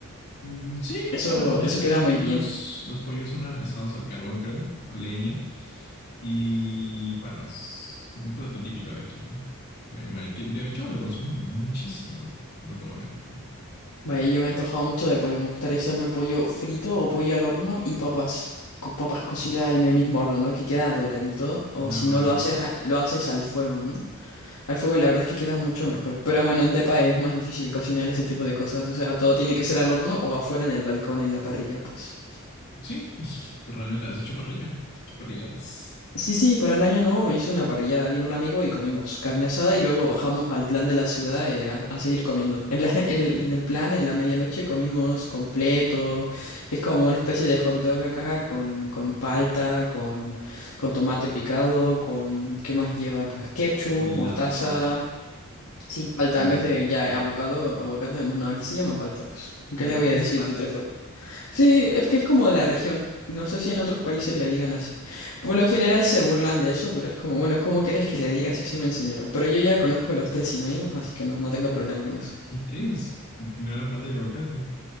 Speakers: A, on the left; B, on the left.
A: Mm, Sí,
B: Eso,
A: bueno, ge-
B: eso
A: generalmente
B: queda muy
A: aquí
B: bien.
A: los, los pollos son asados al carbón, creo, a leña. Y bueno, es un plato típico de aquí, ¿no? Eh, ma- que De hecho, lo consumen muchísimo, güey. No te voy a mentir. ¿no?
B: Vaya, yo me he antojado mucho de pollo. Me gustaría hacerme pollo frito o pollo al horno y papas, con papas cocidas en el mismo horno, ¿no? Que queda doradito. O
A: Una
B: si no
A: barbacoa.
B: lo haces, a- lo haces al fuego, ¿no? Al fuego la verdad es que queda mucho mejor. Pero bueno, en Tepa es más difícil cocinar ese tipo de cosas. O sea, todo tiene que ser al horno o afuera en el balcón, en la parrilla, pues.
A: Sí, es- realmente has hecho parrilla. Has hecho parrilladas
B: Sí, sí, para el año nuevo me hice una parrillada. Vino un amigo y comimos carne asada y luego bajamos al plan de la ciudad eh, a, a seguir comiendo. En la- <laughs> en- en el plan, en la medianoche comimos completo, que es como una especie de hot dog acá con, con palta, con, con tomate picado, con... ¿Qué más lleva? Pues ketchup,
A: con
B: mostaza.
A: la palta.
B: Sí, palta
A: Sí,
B: en vez
A: sí.
B: de ya abocado, aguacate. No, aquí se llama palta, pues.
A: Aquí
B: ¿Qué le
A: también
B: voy a decir
A: hice palta.
B: de otra forma? Sí, es que es como de la región. No sé si en otros países le digan así. Por lo general se burlan de eso, pero es como, bueno, ¿cómo quieres que le diga si así me enseñaron? Pero yo ya conozco los tres sinónimos, así que no, no tengo problema con eso.
A: Hay tres. No era palta y aguacate.